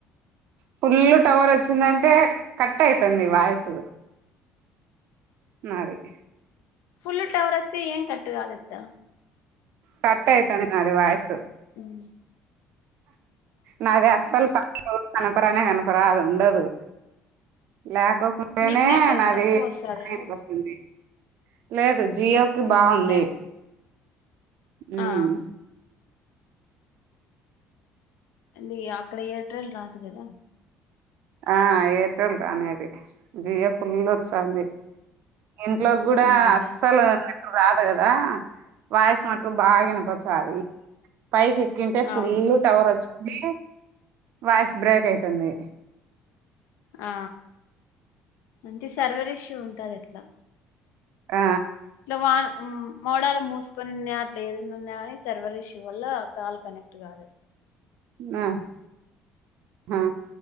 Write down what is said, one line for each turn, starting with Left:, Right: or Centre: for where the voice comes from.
Right: ఫుల్ టవర్ వచ్చిందంటే కట్ అయితుంది వాయిసు అది
Left: ఫుల్ టవర్ వస్తే ఏం కట్ కాదత్త
Right: కట్ అయితాంది నాది వాయిసు
Left: హ్మ్
Right: నాది అస్సలు <unintelligible> కనపరానే కనపరా అది ఉండదు లేకోకు టేనే
Left: మీకు నెట్
Right: నాది
Left: తక్కువ
Right: <unintelligible>
Left: వస్తదేమో
Right: లేదు జియోకి బాగుంది
Left: అవునులే
Right: హ్మ్
Left: ఆ అ అక్కడ ఎయిర్టెల్ రాదు కదా
Right: ఆ ఎయిర్టెల్ రా అనేది జియో ఫుల్ వస్తాంది ఇంట్లోకి కూడా
Left: ఉందా
Right: అస్సలు రాదు కదా వాయిసు మటుకు బాగా వినపచ్చ అది పైక్ ఎక్కింటే ఫుల్
Left: అవును
Right: టవర్ వచ్చింది వాయిస్ బ్రేక్ అవుతుంది
Left: ఆ అంటే సర్వర్ ఇష్యూ ఉంటాది అట్లా
Right: ఆ
Left: ఇట్లా వాన మోడలు మూసుకొని ఉన్నాయా అట్లా ఏదైన్నా ఉన్నాగాని సర్వర్ ఇష్యూ వల్ల కాల్ కని కుట్ కాదు
Right: హ్మ్ మ్మ్